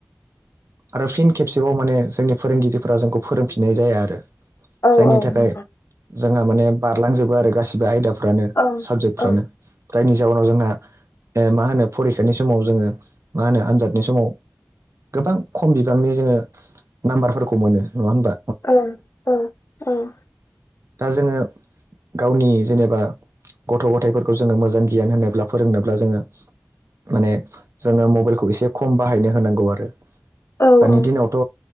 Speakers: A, on the right; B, on the left.
A: आरो फिन खेबसेबाव माने जोंनि फोरोंगिरिफोरा जोंखौ फोरोंफिननायजायाो आरो।
B: औव
A: जायनि
B: औव
A: थाखाय
B: नंगौ।
A: जोंहा माने बारलांजोबो आरो गासिबो आयदाफ्रानो
B: औ
A: साबजेक्टफ्रानो।
B: औ
A: जायनि जाहोनाव जोंहा -मा होनो फरिखानि समाव जोंङो मा होनो आनजादनि समाव। गोबां खम बिबांनि जोंङो नाम्बारफोरखौ मोनो नंङा होनोमबा।
B: औव औव औव।
A: दा जोंङो। गावनि जेनेबा गथ' गथायाइफोरखौ जोंङो मोजां गियान होनोब्ला फोरोंनोब्ला जोंङो। माने जोंङो मबाइलखौ एसे खम बाहायनो होनांगौ आरो।
B: औ
A: दानि
B: औ
A: दिनावथ'